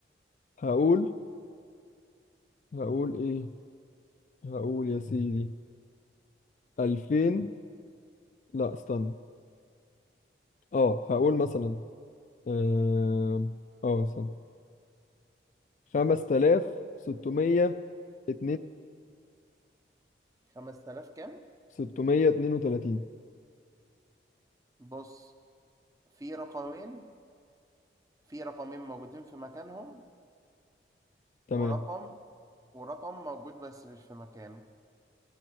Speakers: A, on the left; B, on the right.
A: هقول هقول ايه هقول يا سيدي 2000 لا استنى اه هقول مثلا اه آه، استنى 5632
B: 5000 كام
A: 632
B: بص في رقمين في رقمين موجودين في مكانهم
A: تمام
B: ورقم ورقم موجود بس مش في مكانه